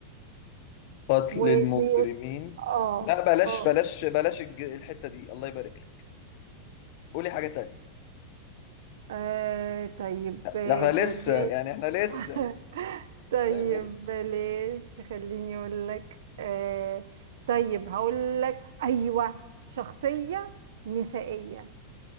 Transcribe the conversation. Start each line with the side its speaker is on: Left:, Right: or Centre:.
Left: قتل
Right: وبيست
Left: المجرمين
Right: اه
Left: لا بلاش
Right: اه
Left: بلاش بلاش الج- الحتة دي الله يبارك لك قولي حاجة تانية
Right: آه، طيب
Left: لا
Right: آه،
Left: ده احنا
Right: بلاش
Left: لسه يعني احنا لسه
Right: <laughs> طيب
Left: الله يبارك
Right: بلاش
Left: لك.
Right: خليني اقول لك آه، طيب هقول لك ايوه شخصية نسائية